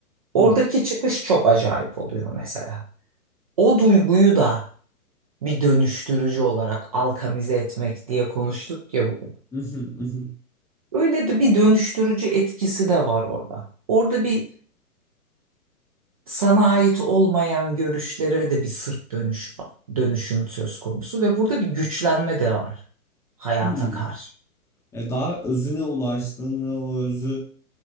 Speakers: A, on the right; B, in the centre.
A: Oradaki
B: Hı.
A: çıkış çok acayip oluyor mesela. O duyguyu da bir dönüştürücü olarak alkamize etmek diye konuştuk ya bugün.
B: Hı hı, hı hı.
A: Öyle de bir dönüştürücü etkisi de var orada. Orada bir sana ait olmayan görüşlere de bir sırt dönüş var. Dönüşüm söz konusu ve burada bir güçlenme de var hayata
B: Hıı.
A: karşı.
B: Ya, daha özüne ulaştığın ve o özü